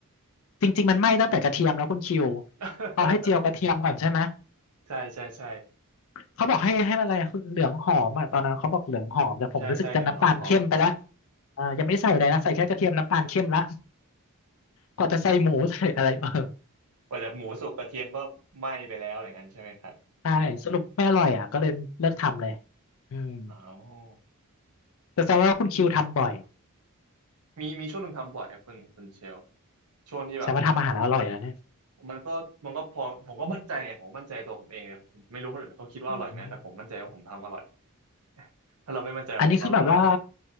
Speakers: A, on the left; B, on the right.
A: จริงๆมันไหม้ตั้งแต่กระเทียมแล้วคุณคิว
B: <laughs>
A: เขาให้เจียวกระเทียมก่อนใช่ไหม
B: ใช่ใช่ใช่
A: เขาบอกให้ให้มันอะไรเหลืองหอมอ่ะตอนนั้นเขาบอกเหลืองหอมแต่ผมรู้สึกจะน้ำตาลเข้มไปแล้ว
B: ใช่ใช่เหลืองๆหอมๆ
A: อ่ายังไม่ได้ใส่อะไรนะใส่แค่กระเทียมน้ำตาลเข้มละ กว่าจะใส่หมูใส่อะไรเออ
B: กว่าจะหมูสุกกระเทียมก็ไหม้ไปแล้วอะไรเงน้ยใช่ไหมครับ
A: ใช่สรุปไม่อร่อยอ่ะก็เลยเลิกทำเลยอืม
B: อ๋อ
A: แต่แสดงว่าคุณคิวทำบ่อย
B: มีมีช่วงหนึ่งทำบ่อยครับคุณคุณเชลช่วงที่แบบ
A: แสดงว่าทำอาหารอร่อยแล้วเนี่ย
B: มันก็มันก็พอผมก็มั่นใจไงผมมั่นใจตัวผมเองเลยผมไม่รู้คนอื่นเขาคิดว่าอร่อยไหมแต่ผมมั่นใจว่าผมทำอร่อย
A: อืม
B: <laughs> ถ้าเราไม่มั่นใจผมเราเราไม่ท
A: อันนี้คือแบบว่า